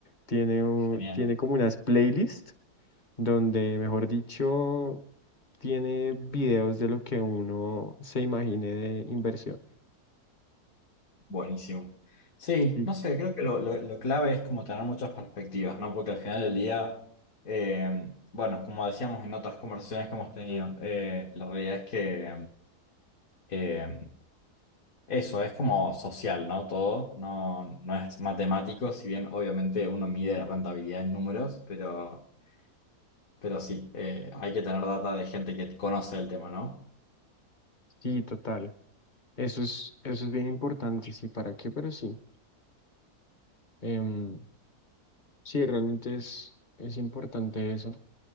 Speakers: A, on the left; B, on the left.
A: tiene, un-
B: Genial,
A: tiene como unas playlists donde, mejor dicho, tiene videos de lo que uno se imagine de inversión.
B: buenísimo. Sí,
A: Sí,
B: no sé, creo que lo, lo- lo clave es como tener muchas perspectivas, ¿no? Porque al final del día, eh, bueno, como decíamos en otras conversaciones que hemos tenido, eh, la realidad es que... em, Eso es como social, ¿no? Todo no, no es matemático, si bien obviamente uno mide rentabilidad en números, pero, pero sí, eh, hay que tener data de gente que conoce el tema, ¿no?
A: sí, total. Eso es, eso es bien importante, sí, ¿para qué? Pero sí. Em, sí, realmente es, es importante eso.